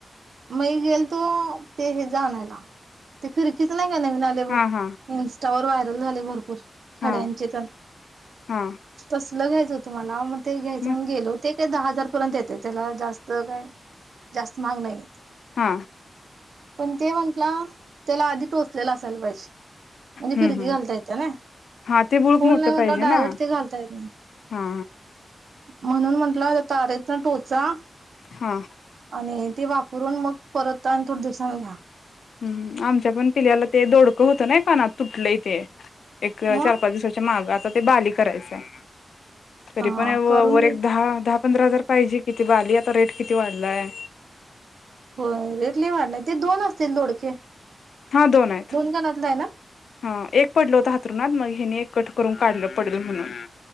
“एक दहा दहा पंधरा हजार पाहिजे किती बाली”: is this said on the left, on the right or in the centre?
Left